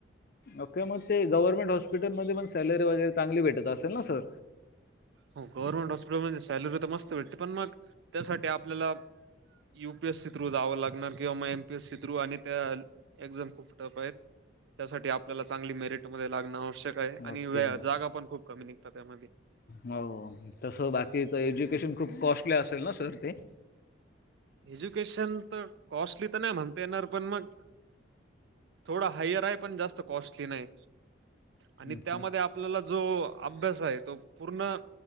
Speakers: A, on the left; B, on the right.
A: ओके मग ते गव्हर्नमेंट हॉस्पिटल मध्ये पण सॅलरी वगैरे चांगली भेटत असेल ना सर
B: हो गव्हर्नमेंट हॉस्पिटल म्हणे सॅलरी तर मस्त भेटते. पण मग त्यासाठी आपल्याला U P S C through जावं लागणार किंवा मग M P S C through आणि त्या एक्झाम खूप टफ आहेत त्यासाठी आपल्याला चांगली मेरिटमध्ये लागणं आवश्यक आणि
A: ओके.
B: जागा पण खूप कमी निघतात त्यामध्ये
A: हो तसं बाकीच एज्युकेशन खूप कॉस्टली असेल ना सर ते
B: एज्युकेशन तर कॉस्टली तर नाही म्हणता येणार पण मग थोडा हायर आहे पण जास्त कॉस्टली नाही आणि
A: ओके.
B: त्यामध्ये आप आपल्याला जो अभ्यास आहे तो पूर्ण